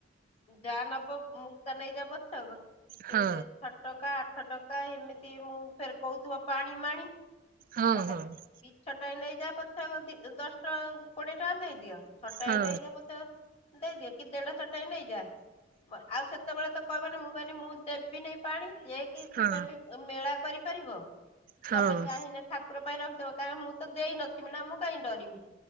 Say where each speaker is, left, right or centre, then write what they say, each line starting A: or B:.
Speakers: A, on the left; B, on the right.
A: ଯା ନବ ମୁକ୍ତା ନେଇ ଯା ପଛକ ସେ
B: ହଁ
A: ଛଅ ଟଙ୍କା, ଆଠ ଟଙ୍କା ଏମିତି ମୁଁ ଫେର କହୁଥିବ ପାଣି ମାଣି
B: ହଁ
A: ତମେ
B: ହଁ।
A: ଦି ଛଟାଙ୍କେ ନେଇଯା ପଛ ଦଶ ଟଙ୍କା କୋଡିଏ ଟଙ୍କା ଦେଇଦିଅ। ଛଟାଙ୍ଗେ
B: ହଁ
A: ନେଇଯା <unintelligible> ଦେଇଦିଅ କି ଦେଢ଼ ଛଅଟାଙ୍କେ ନେଇଯା ବ ଆଉ ସେତେବେଳେ ତ କହିବନି ମୁଁ କହିଲି ମୁଁ ଦେବିନି ପାଣି ଯେକି
B: ହଁ
A: ତୁମେ ବି ମେଳା କରିପାରିବ
B: ହଁ ହଁ
A: ତମେ ଚାହିଁନେ ଠାକୁର ପାଇଁ ରଖଦବ କାରଣ ମୁଁ ତ ଦେଇ ନଥିବ ନା ମୁଁ କାଇଁ ଡରିମି।